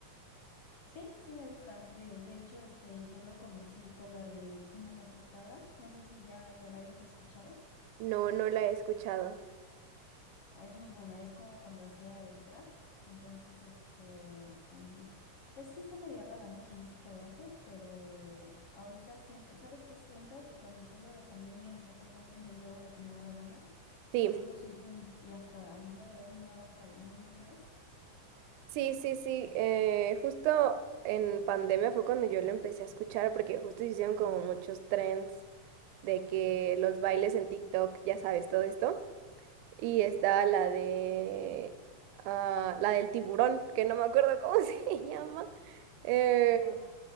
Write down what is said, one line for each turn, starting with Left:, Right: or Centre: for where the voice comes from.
Left: Sí, sí me gusta. De, de hecho, este, yo lo conocí por la de No metes cabra. No sé si ya, ya la hayas escuchado.
Right: No, no la he escuchado.
Left: Ah, es muy buena, es como cuando hacía el trap. Entonces, este, mm, pues sí está media rara, ¿no? Su música de antes, pero ahorita siento, ¿sabes qué siento? Que cuando fue lo de pandemia y sacó el álbum de Yo hago lo que me da la gana,
Right: Sí,
Left: se vino su boom y hasta al día de hoy no ha bajado, ¿no? ¿No crees?
Right: sí, sí, sí. eh, justo en pandemia fue cuando yo lo empecé a escuchar porque justo hicieron como muchos trends de que los bailes en TikTok, ya sabes, todo esto. Y estaba la de... ah, la del tiburón, que no me acuerdo cómo <laughs> se llama. Eh,
Left: Ajá.